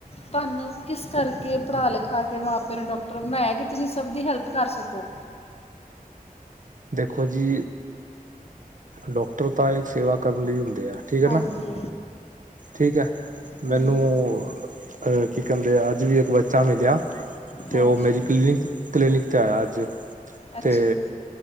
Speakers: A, on the left (about 45°); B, on the right (about 60°).
A: ਤੁਹਾਨੂੰ ਕਿਸ ਕਰਕੇ ਪੜ੍ਹਾ-ਲਿਖਾ ਕੇ ਮਾਂ ਪਿਓ ਨੇ ਡਾਕਟਰ ਬਣਾਇਆ ਕਿ ਤੁਸੀਂ ਸਭ ਦੀ ਹੈਲਪ ਕਰ ਸਕੋ।
B: ਦੇਖੋ ਜੀ ਡਾਕਟਰ ਤਾਂ ਇਕ ਸੇਵਾ ਕਰਨ ਲਈ ਹੁੰ ਦਿਆ, ਠੀਕ ਹੈ
A: ਹਾਂਜੀ
B: ਨਾ ਠੀਕ ਹੈ।
A: ਹੂੰ
B: ਮੈਨੂੰ ਕੀ ਕਹਿੰਦੇ ਆ ਅੱਜ ਵੀ ਇੱਕ ਬੱਚਾ ਮਿਲਿਆ
A: ਹਾਂਜੀ
B: ਤੇ ਓਹ ਮੇਰੀ ਕਲੀਨਿਕ ਕਲੀਨਿਕ 'ਤੇ ਆਇਆ ਅੱਜ,
A: ਅੱਛਾ
B: ਤੇ
A: ਜੀ